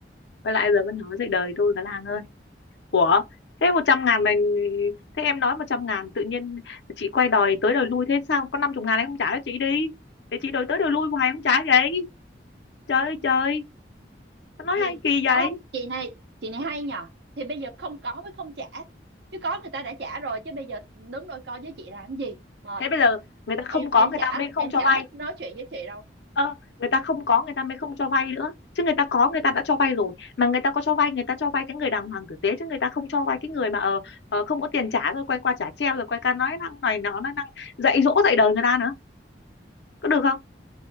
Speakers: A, on the left (about 75°); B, on the right (about 65°).
A: Quay lại giờ vẫn nói dạy đời tôi cả làng ơi. Ủa, thế một trăm ngàn mà thế em nói một trăm ngàn tự nhiên chị quay đòi tới đòi lui thế sao có năm chục ngàn em không trả cho chị đi. Để chị đòi tới đòi lui hoài không trả vậy. Trời ơi trời, nó nói
B: thì
A: hay kỳ vậy.
B: ơ chị này, chị này hay nhờ. Thì bây giờ không có mới không trả. Chứ có người ta đã trả rồi chứ bây giờ đứng đôi co với chị làm gì? Mệt.
A: Thế bây giờ người ta không
B: Em
A: có
B: em
A: người
B: chả
A: ta mới không
B: em
A: cho
B: chả
A: vay.
B: thích nói chuyện với chị đâu.
A: ờ người ta không có người ta mới không cho vay nữa chứ người ta có người ta đã cho vay rồi mà người ta có cho vay người ta cho vay cái người đàng hoàng tử tế chứ người ta không cho vay cái người mà ờ ờ, không có tiền trả rồi quay qua trả treo rồi quay qua nói năng này nó nói năng dạy dỗ dạy đời người ta nữa có được không